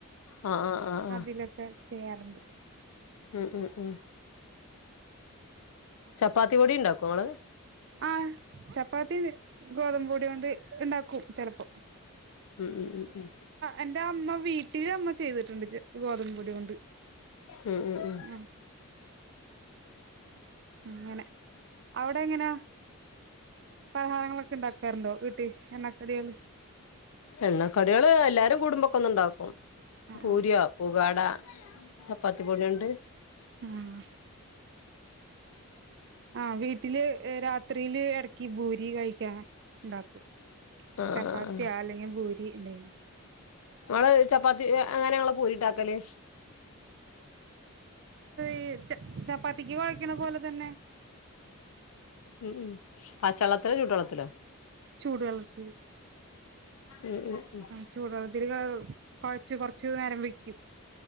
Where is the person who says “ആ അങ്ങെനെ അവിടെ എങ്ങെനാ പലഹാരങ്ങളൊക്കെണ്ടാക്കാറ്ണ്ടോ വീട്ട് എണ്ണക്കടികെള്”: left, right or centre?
Right